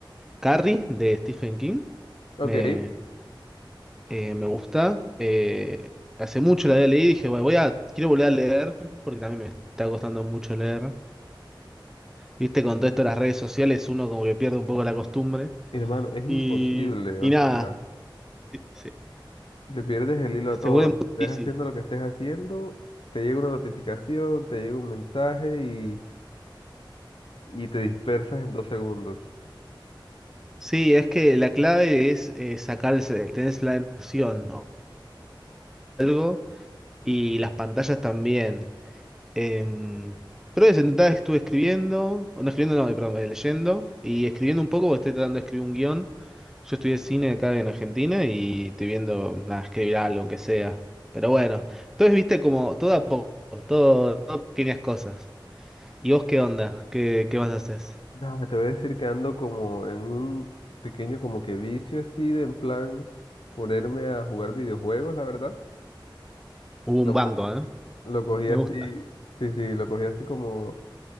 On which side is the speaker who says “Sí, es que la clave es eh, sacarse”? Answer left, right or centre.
Centre